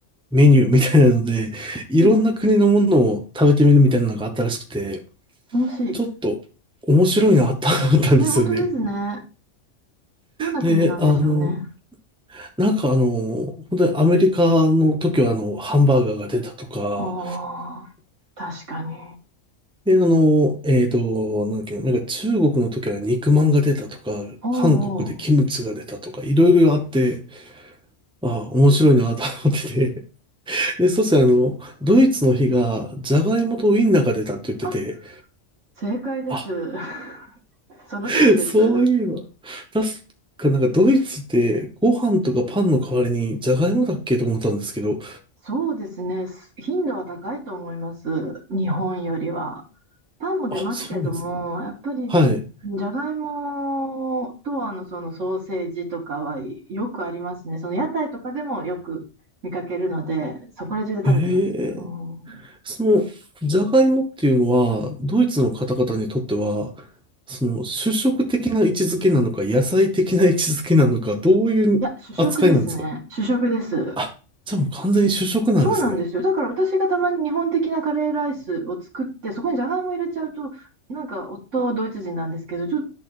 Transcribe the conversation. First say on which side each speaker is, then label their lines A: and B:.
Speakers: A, in the centre; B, on the right.
A: メニューみたいなので、いろんな国のものを食べてみるみたいなのがあったらしくて、
B: うん、楽しい。
A: ちょっと面白いなと思ったんですよね。
B: ね、本当ですね。どんな国なんでしょうね。
A: で、あの、なんかあの、本当にアメリカの時はあの、ハンバーガーが出たとか、
B: ああ、確かに。
A: で、あの、えっと、なんだっけ、なんか中国の時は肉まんが出たとか、
B: おうおう。
A: 韓国でキムチが出たとか、いろいろあって、ああ、面白いなと思ってて。<laughs> で、そしてあの、ドイツの日が、じゃがいもとウインナーが出たって言ってて、
B: あ、正解です。
A: あ、
B: <laughs> その通りです。
A: <laughs> そういえば、確かなんかドイツってご飯とかパンの代わりにじゃがいもだっけと思ったんですけど、
B: そうですね。頻度は高いと思います。日本よりは。パンも出ますけども、
A: あ、そうなんですね。
B: やっぱりじゃがいもとあのそのソーセージとかはよくありますね。
A: はい。
B: その屋台とかでもよく見かけるので、そこら中で食べてます。
A: ええ
B: うん、い
A: その、ジャガイモっていうのは、ドイツの方々にとっては、その、主食的な位置づけなのか、野菜的な位置づけなのか、どういう扱いなんですか
B: や、主食ですね。主食です。
A: あ、じゃあもう完全に主食なんですね。
B: そうなんですよ。だから私がたまに日本的なカレーライスを作って、そこにじゃがいも入れちゃうと、なんか夫ドイツ人なんですけど、ちょ、